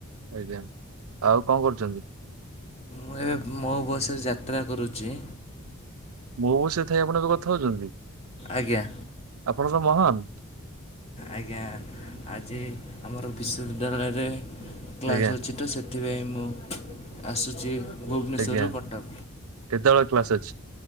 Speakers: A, on the right; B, on the left.
A: ଆଜ୍ଞା ଆଉ କଣ କରୁଛନ୍ତି।
B: ମୁଁ ଏବେ ମୋ ବସ ଯାତ୍ରା କରୁଛି।
A: ମୋ ବସ୍ ରେ ଥାଇ ଆପଣଙ୍କ କଥା ହଉଛନ୍ତି।
B: ଆଜ୍ଞା।
A: ଆପଣ ତ ମହାନ।
B: ଆଜ୍ଞା ଆଜି ଆମର ବିଶ୍ୱବିଦ୍ୟାଳୟରେ କ୍ଲାସ୍
A: ଆଜ୍ଞା
B: ଅଛି ତ ସେ ସେଥିପାଇଁ ମୁଁ ଆସୁଛି ଭୁବନେଶ୍ୱରରୁ
A: ଆଜ୍ଞା
B: କଟକ।
A: କେତେବେଳେ କ୍ଲାସ ଅଛି।